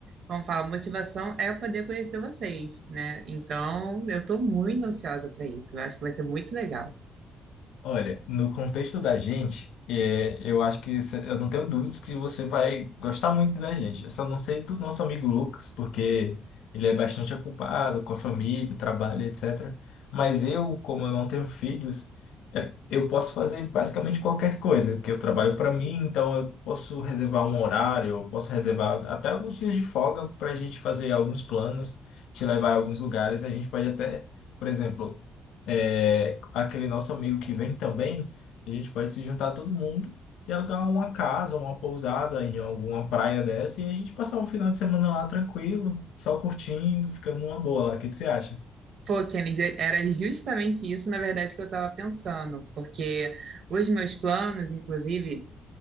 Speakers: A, on the right; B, on the left.
A: Vamos falar, motivação é eu poder conhecer vocês, né? Então, eu tô muito ansiosa para isso. Eu acho que vai ser muito legal.
B: Olha, no contexto da gente, é, eu acho que cê- eu não tenho dúvidas que você vai gostar muito da gente. Eu só não sei do nosso amigo Lucas, porque ele é bastante ocupado com a família, trabalho, etc. Mas eu, como eu não tenho filhos, é, eu posso fazer basicamente qualquer coisa, que eu trabalho para mim, então eu posso reservar um horário, eu posso reservar até alguns dias de folga para a gente fazer alguns planos, te levar a alguns lugares. A gente pode até, por exemplo é, aquele nosso amigo que vem também, a gente pode se juntar todo mundo e alugar uma casa, uma pousada em alguma praia dessa e a gente passar um final de semana lá tranquilo, só curtindo, ficando numa boa lá. O que que você acha?
A: Pô, Kennedy, era justamente isso, na verdade, que eu estava pensando, porque os meus planos, inclusive,